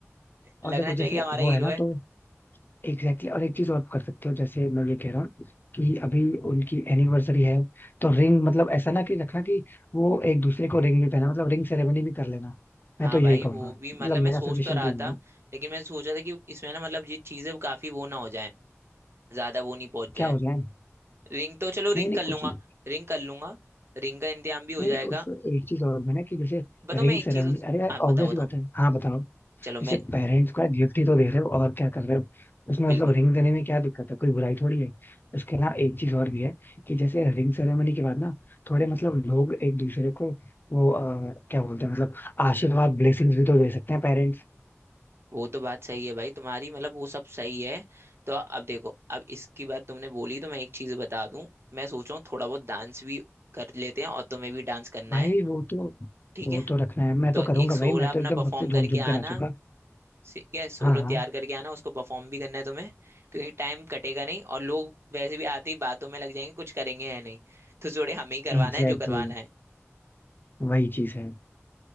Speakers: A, on the left; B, on the right.
A: और
B: लगना
A: देखो
B: चाहिए
A: जैसे
B: हमारा
A: वो
B: हीरो
A: है ना
B: है
A: तो एग्जैक्टली exactly. और एक चीज और कर सकते हो जैसे मैं ये कह रहा हूँ कि अभी उनकी एनिवर्सरी है तो रिंग मतलब ऐसा ना कि रखना कि वो एक दूसरे को रिंग भी पहना मतलब रिंग सेरेमनी भी कर लेना
B: हाँ
A: मैं तो यही
B: भाई
A: कहूंगा
B: वो
A: मतलब
B: भी मतलब
A: मेरा
B: मैं सोच
A: सजेशन
B: तो रहा
A: तो यही
B: था
A: है
B: लेकिन मैं सोचा था कि इसमें ना मतलब ये चीजें काफी वो ना हो जाए ज्यादा वो नहीं पहुंच
A: क्या
B: जाए
A: हो जाए
B: रिंग तो चलो
A: नहीं
B: रिंग
A: नहीं
B: कर लूंगा
A: कुछ नहीं
B: रिंग कर लूंगा रिंग का इंतजाम भी हो
A: नहीं
B: जाएगा
A: नहीं, उस एक चीज और भी ना कि जैसे
B: बताओ
A: रिंग
B: मैं एक
A: सेरेमनी
B: चीज
A: अरे यार
B: आप बताओ
A: ऑब्वियस
B: बताओ
A: ही बात है हाँ बताओ
B: चलो
A: जैसे
B: मैं
A: पेरेंट्स को गिफ्ट ही तो दे रहे हो और क्या कर रहे हो उसमें
B: बिल्कुल
A: मतलब रिंग देने में क्या दिक्कत है कोई बुराई थोड़ी है उसके अलावा एक चीज और भी है कि जैसे रिंग सेरेमनी के बाद ना थोड़े मतलब लोग एक दूसरे को वो अ, क्या बोलते हैं मतलब आशीर्वाद ब्लेसिंग्स भी तो दे सकते हैं पेरेंट्स
B: वो तो बात सही है भाई तुम्हारी मतलब वो सब सही है तो अब देखो अब इसकी बात तुमने बोली तो मैं एक चीज बता दूं मैं सोच रहा हूँ थोड़ा बहुत डांस भी कर लेते हैं और तुम्हें भी डांस करना
A: भाई
B: है
A: वो तो
B: ठीक
A: वो
B: है
A: तो रखना है मैं
B: तो
A: तो करूंगा
B: एक सोला
A: भाई मैं
B: अपना
A: तो एकदम
B: परफॉर्म
A: सबसे झूम
B: करके
A: झूम
B: आना
A: के नाचूंगा
B: ठीक है सोलो
A: हाँ हाँ
B: तैयार करके आना उसको परफॉर्म भी करना है तुम्हें क्योंकि टाइम कटेगा नहीं और लोग वैसे भी आते ही बातों में लग जाएंगे कुछ करेंगे या नहीं तो जोड़े हमें ही करवाना
A: एग्जैक्टली
B: है जो करवाना
A: exactly,
B: है
A: वही चीज है